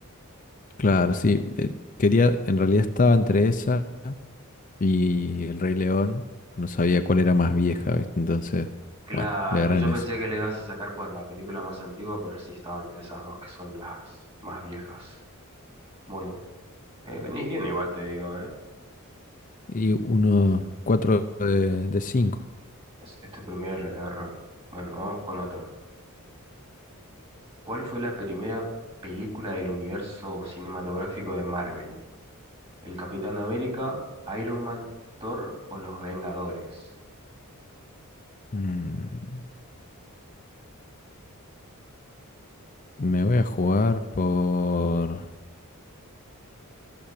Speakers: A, on the left; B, on the right.
A: Claro, sí. eh, quería, en realidad estaba entre esa y El Rey León. pero no sabía cuál era más vieja, ¿viste? Entonces,
B: Claro,
A: bueno, le agarré
B: yo
A: en
B: pensé
A: eso.
B: que le ibas a sacar por la película más antigua, pero sí estaba entre esas dos que son las más viejas. Bueno, eh, venís bien igual te digo, ¿eh?
A: Y uno, cuatro de, de cinco.
B: Es, este primer error. Bueno, vamos con otra. ¿Cuál fue la primera película del universo cinematográfico de Marvel? ¿El Capitán América, Iron Man, Thor o Los Vengadores?
A: Mm, me voy a jugar por